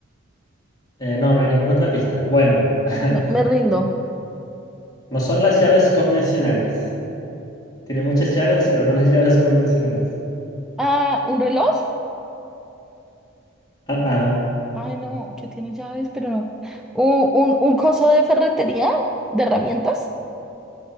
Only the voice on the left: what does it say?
Eh, no, no hay ninguna otra pista. Bueno,
<laughs>
no son las llaves convencionales. Tiene muchas llaves, pero no las <laughs> llaves convencionales.
Ah, ah,